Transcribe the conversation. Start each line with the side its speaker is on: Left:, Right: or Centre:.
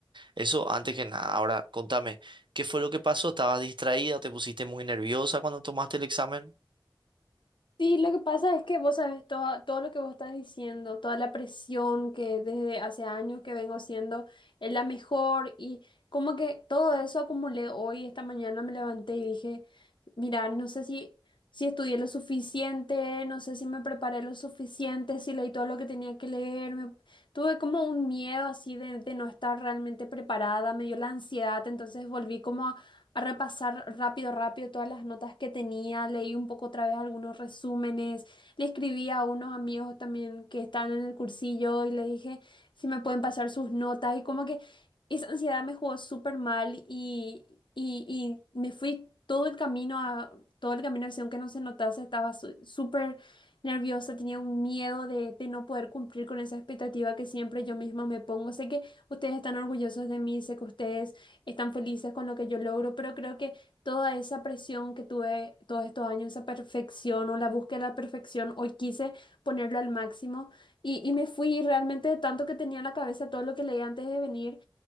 Right: Eso antes que nada. Ahora, contame, ¿qué fue lo que pasó? ¿Estabas distraída? ¿Te pusiste muy nerviosa cuando tomaste el examen?
Left: Sí, lo que pasa es que vos sabes todo, todo lo que vos estás diciendo, toda la presión que desde hace años que vengo siendo es la mejor y como que todo eso acumulé hoy, esta mañana me levanté y dije, mira, no sé si, si estudié lo suficiente, no sé si me preparé lo suficiente, si leí todo lo que tenía que leer, me- tuve como un miedo así de, de no estar realmente preparada, me dio la ansiedad, entonces volví como a a repasar rápido, rápido todas las notas que tenía, leí un poco otra vez algunos resúmenes, le escribí a unos amigos también que estaban en el cursillo y les dije si me pueden pasar sus notas y como que esa ansiedad me jugó súper mal y, y, y me fui todo el camino a, todo el camino así, aunque no se notase, estaba su- súper nerviosa, tenía un miedo de, de no poder cumplir con esa expectativa que siempre yo misma me pongo. Sé que ustedes están orgullosos de mí, sé que ustedes están felices con lo que yo logro, pero creo que toda esa presión que tuve todos estos años, esa perfección o la búsqueda de la perfección, hoy quise ponerlo al máximo y, y me fui y realmente de tanto que tenía en la cabeza todo lo que leí antes de venir,